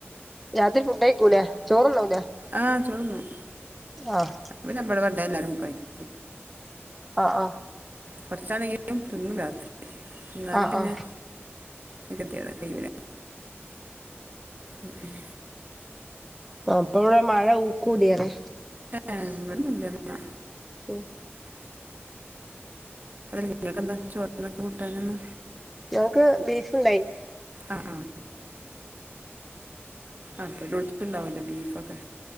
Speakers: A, in the centre; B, on the right.
A: രാത്രി ഫുഡ്‌ കഴിക്കൂലേ ചോറുണ്ണൂല്ലേ
B: ആഹ് ചോറൊണ്ണും
A: ആഹ്
B: <unintelligible> വേണ്ട എല്ലാരും കഴിക്കും
A: ആഹ് ആഹ്
B: കൊറച്ചാണെങ്കിലും തിന്നും രാത്രി അന്നേരം
A: ആ
B: പിന്നെ
A: ആ
B: <unintelligible> കയ്യൂല ഉം ഉം
A: ആഹ് അപ്പ ഇവിടെ മഴ കൂടിയേനെ
B: ആഹ് ഇവിടെ നല്ല മഴയാ
A: ഉം
B: നിങ്ങക്കെന്താ ചോറിനൊക്കെ കൂട്ടാനിന്ന്
A: ഞങ്ങൾക്ക് ബീഫ്ണ്ടായിന്ന്
B: ആഹ് ആഹ് അപ്പൊ <unintelligible> ഉണ്ടാവല്ലോ ബീഫൊക്കെ